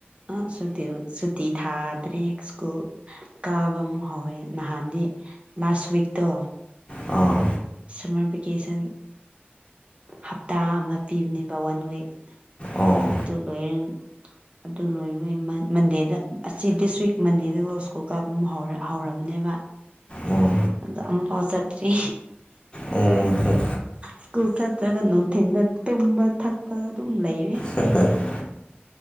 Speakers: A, on the right (about 30°); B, on the left (about 25°).
A: ꯑ ꯁꯨꯇꯤ ꯁꯨꯇꯤ ꯊꯥꯗ꯭ꯔꯤ ꯁ꯭ꯀꯨꯜ ꯀꯥꯕ ꯑꯃꯨꯛ ꯍꯧꯔꯦ ꯅꯍꯥꯟꯗꯤ ꯂꯥꯁ ꯋꯤꯛꯇꯣ
B: ꯑꯥ
A: ꯁꯝꯃꯔ ꯚꯦꯀꯦꯁꯟ ꯍꯞꯇꯥ ꯑꯃ ꯄꯤꯕꯅꯦꯕ ꯋꯥꯟ ꯋꯤꯛ
B: ꯑꯣ
A: ꯑꯗꯨ ꯂꯣꯏꯔ ꯑꯗꯨ ꯂꯣꯏꯕꯒꯤ ꯃꯟꯗꯦꯗ ꯑꯁꯤ ꯗꯤꯁ ꯋꯤꯛ ꯃꯟꯗꯦꯗꯀꯣ ꯁꯀꯨꯜ ꯀꯥꯕ ꯑꯃ ꯍꯧꯔ ꯍꯧꯔꯕꯅꯦꯕ
B: ꯑꯣ
A: ꯑꯗꯣ ꯑꯃꯐꯥꯎ ꯆꯠꯇ꯭ꯔꯤ
B: ꯎꯝ ꯎꯝ
A: ꯁ꯭ꯀꯨꯜ ꯆꯠꯇ꯭ꯔꯒ ꯅꯨꯡꯊꯤꯟꯗ ꯇꯨꯝꯕ ꯊꯛꯄ ꯑꯗꯨꯝ ꯂꯩꯔꯦ꯫
B: <unintelligible>